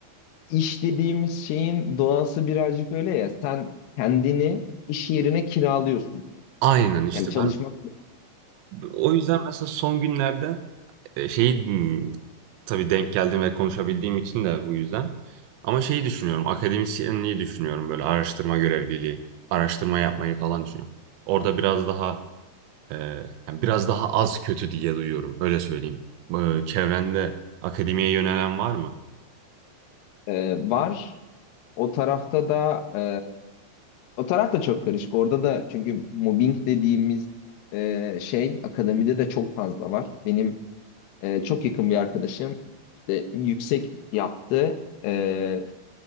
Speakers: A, on the left; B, on the right.
A: İş dediğimiz şeyin doğası birazcık öyle ya. Sen kendini iş yerine kiralıyorsun.
B: Aynen işte
A: Yani çalışmak
B: ben o yüzden mesela son günlerde e, şeyi hmm, tabii denk geldim ve konuşabildiğim için de bu yüzden. Ama şeyi düşünüyorum, akademisyenliği düşünüyorum böyle araştırma görevliliği, araştırma yapmayı falan düşünüyorum. Orada biraz daha e, yani biraz daha az kötü diye duyuyorum, öyle söyleyeyim. E, çevrende akademiye yönelen var mı?
A: e, var. O tarafta da e, o taraf da çok karışık. Orada da çünkü mobbing dediğimiz e, şey akademide de çok fazla var. Benim Ee, çok yakın bir arkadaşım işte yüksek yaptı. Ee,